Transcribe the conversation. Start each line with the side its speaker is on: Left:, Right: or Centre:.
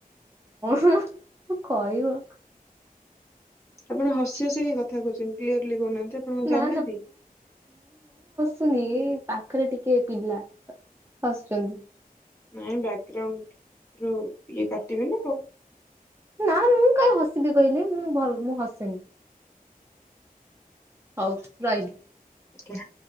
Right: କଣ କହିବ?
Left: ଆପଣ ହସି ହସି କି କଥା କହୁଛନ୍ତି କ୍ଲିୟରଲି କହୁନାହାନ୍ତି ଆପଣ କଣ
Right: ନା
Left: ଜାଣିନାହାନ୍ତି?
Right: ଶୁନି ପାଖରେ ଟିକେ ପିଲା ହସୁଚନ୍ତି।
Left: ନାଇଁ ବ୍ୟାଗ୍ରାଉଣ୍ଡ ରୁ ଇଏ କାଟିବେ ନା ଆଉ
Right: ନା ମୁଁ କାହିଁ ହସିବି କହିଲେ ମୁଁ ଭଲ ମୁଁ ହସେନି। ହଉ ରହିଲି।
Left: ଆଜ୍ଞା।